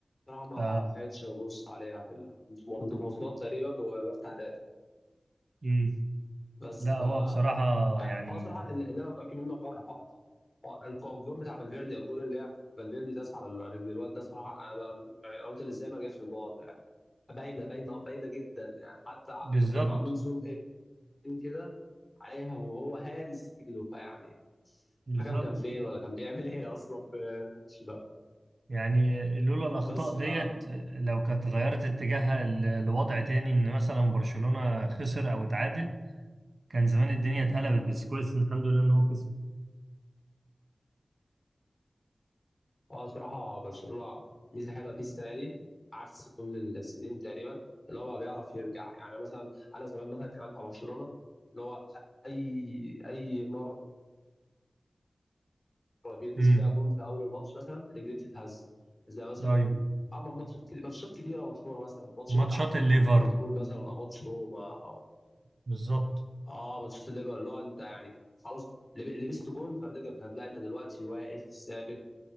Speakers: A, on the left; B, on the right.
A: صراحه ما
B: ف
A: حاولتش ابص عليها في ال... كنت في مواصلات تقريبا وبفتح داتا
B: مم.
A: بس
B: لا
A: ف
B: هو بصراحه
A: يعني
B: يعني
A: هو صراحة اللي اللي انا متاكد منه حوار حوار- حوار- الجون بتاع فالفيردي او الجون اللي هي فالفيردي داس على رجل الواد ده صراحه انا انا أنا قلت ازاي ما رجعش في الفار يعني باينه باينه باينه جدا يعني حتى
B: بالظبط
A: ما كان معمول زوم ان كده عليها وهو هارس رجله فيعني
B: بالظبط
A: الحكم كان فين ولا كان بيعمل ايه اصلا في الماتش ده
B: يعني لولا الأخطاء
A: بس
B: ديت
A: ف
B: لو كانت غيرت اتجاهها ل- لوضع تاني إن مثلا برشلونة خسر أو اتعادل كان زمان الدنيا اتقلبت بس كويس إن الحمد لله إن هو كسب
A: اه صراحة برشلونة ميزة حلوة فيه السنة دي عكس كل السنين تقريبا اللي هو بقى بيعرف يرجع يعني مثلا أنا زمان مثلا كان عندي مع برشلونة اللي هو أي أي مرة بيلبس
B: امم
A: فيها جون في أول الماتش مثلا رجليه بتتهز زي مثلا
B: أيوه
A: أما ماتشات كتير- ماتشات كتيرة مشهورة مثلا ماتش
B: ماتشات
A: بتاع
B: الليفر
A: ليفربول مثلا أو ماتش روما أو
B: بالظبط
A: اه ماتشات الليفر اللي هو أنت يعني خلاص لب- لبست جون فبتقدر لا أنت دلوقتي واقف ثابت